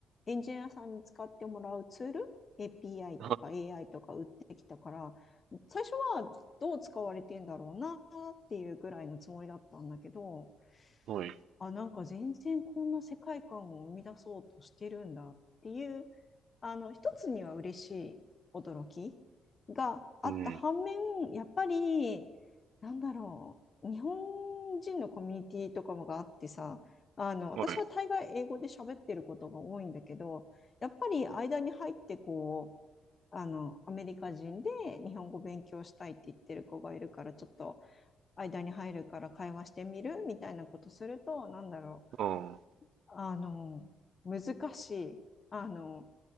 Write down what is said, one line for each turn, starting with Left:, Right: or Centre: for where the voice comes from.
Left: エンジニアさんに使ってもらうツール、API
Right: あ。
Left: とか AI とか売ってきたから、最初はどう使われてんだろうなっていうぐらいのつもりだったんだけど、
Right: はい。
Left: あ、なんか全然こんな世界観を生み出そうとしてるんだっていう、あの、一つには嬉しい驚きがあった反面、
Right: うん。
Left: やっぱり、なんだろう、日本人のコミュニティとかもがあってさ、あの、私は大概英語で喋ってることが多いんだけど、
Right: はい。
Left: やっぱり間に入ってこう、あの、アメリカ人で日本語勉強したいって言ってる子がいるから、ちょっと間に入るから会話してみるみたいなことすると、なんだろう、
Right: うん。
Left: あの、難しい。あの、